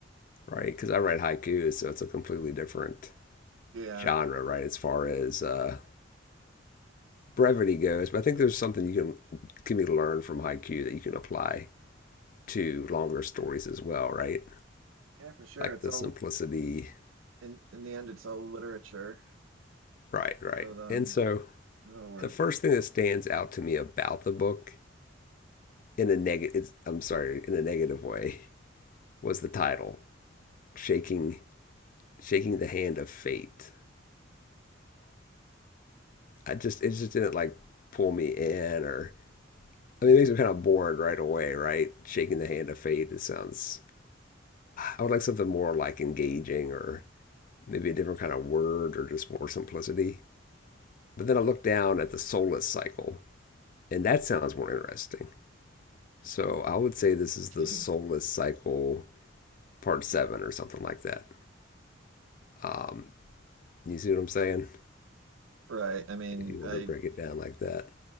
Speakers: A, on the left; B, on the right.
A: right? Because I write haikus, so it's a completely different
B: Yeah.
A: genre, right? As far as uh, brevity goes, but I think there's something you can can be learned from haiku that you can apply to longer stories as well, right?
B: Yeah, for sure.
A: Like
B: It's
A: the
B: all
A: simplicity,
B: in in the end it's all literature.
A: right, right.
B: So um
A: And so
B: it all works.
A: the first thing that stands out to me about the book in a negative, I'm sorry, in a negative way, was the title, shaking shaking the hand of fate. I just it just didn't like pull me in, or I mean, it makes me kind of bored right away, right? Shaking the hand of fate. It sounds I would like something more like engaging or maybe a different kind of word or just more simplicity. But then I look down at the soulless cycle, and that sounds more interesting. So I would say this is the
B: <laughs>
A: soulless cycle part seven or something like that. Um, you see what I'm saying?
B: Right. I mean,
A: If you want
B: I
A: to break it down like that.